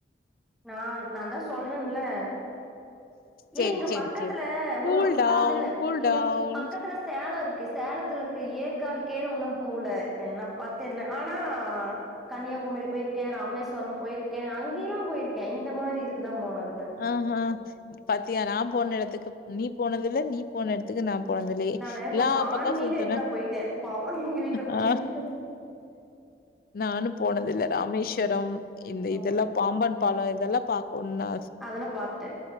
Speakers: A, in the centre; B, on the left.
A: நால் நாந்தா சொல்றன்ல ஏ
B: சரி,
A: இங்க
B: சரி,
A: பக்கத்துல
B: சரி.
A: ஒன்னு
B: கூல் டவுன்
A: அதுல்ல
B: கூல்
A: இங்க
B: டவுன்
A: பக்கத்துல சேல இருக் கு சேலத்தில் இருக்க ஏற்காடுக்கே இன்னு போல என்ன பத்தல ஆனா கன்னியா யாகுமரி போயிருக்கே ராமேஸ்வரம் போயிருக்கே அங்கேல்லாம் போயிருக்கே இந்த மாரி இதுக்கு தா போனது
B: ஆ ஆ பாத்தியா நா போன எடத்துக்கு நீ போனதுல நீ போன எடத்துக்கு நா குழந்தலயே
A: நானு
B: எல்லாப்
A: கொஞ்சோ
B: பக்க
A: ஆன்மீக
B: சுத்தனு
A: இதுல போயிட்டே பாவோ எங்க வீட்ல கூட்டிட்டு
B: ஆ நானு போனதுல்ல ராமேஸ்வரம் இந்த
A: ம்
B: இதெல்லா பாம்பன் பால இதெல்லா பாக்குன
A: அதெல்லா பாத்துட்டே